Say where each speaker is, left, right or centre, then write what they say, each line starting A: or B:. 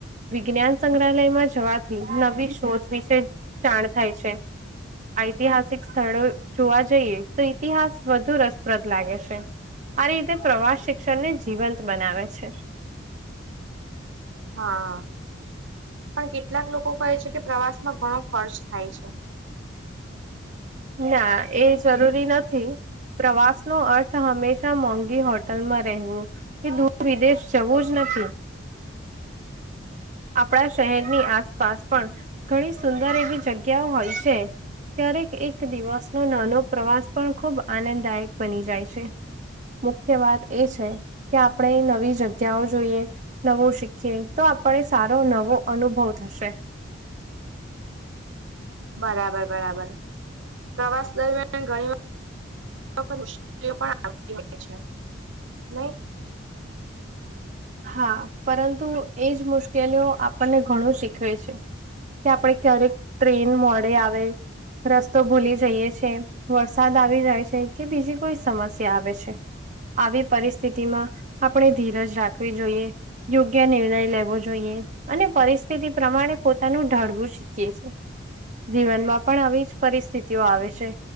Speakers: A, on the right (about 40°); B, on the right (about 75°).
A: વિજ્ઞાન સંગ્રહાલયમાં જવાથી નવી શોધ વિશે જાણ થાય છે ઐતિહાસિક સ્થળો જોવા જઈએ તો ઇતિહાસ વધુ રસપ્રદ લાગે છે. અરે એતો પ્રવાસ શિક્ષણને જીવંત બનાવે છે.
B: હા. પણ કેટલાક લોકો કહે છે કે, પ્રવાસમાં ઘણો ખર્ચ થાય છે.
A: ના, એ જરૂરી નથી. પ્રવાસ નો અર્થ હંમેશા મોંઘી હોટલમાં રહેવું એ દૂર વિદેશ જવું જ નથી. આપણા શહેરની આસપાસ પણ ઘણી સુંદર એવી જગ્યાઓ હોય છે. ક્યારેક એક દિવસનો નાનો પ્રવાસ પણ ખૂબ આનંદદાયક બની જાય છે. મુખ્ય વાત એ છે, કે આપણે નવી જગ્યાઓ જોઈએ. નવું શીખીએ, તો આપણે સારો નવો અનુભવ થશે.
B: બરાબર, બરાબર, પ્રવાસ દરમિયાન ઘણી વાર મુશ્કેલીઓ પણઆવતી હોઈ છે નઈ
A: હા પરંતુ એજ મુશ્કેલીઓ આપણને ઘણું શીખવે છે. કે આપણે ક્યારેક ટ્રેન મોડે આવે, રસ્તો ભૂલી જઈએ છે. વરસાદ આવી જાય છે, કે બીજી કોઈ સમસ્યા આવે છે. આવી પરિસ્થિતિમાં આપણે ધીરજ રાખવી જોઈએ. યોગ્ય નિર્ણય લેવો જોઈએ અને પરિસ્થિતિ પ્રમાણે પોતાનું ઢાળવું છે, જીવનમાં પણ આવીજ પરિસ્થિતિઓ આવે છે.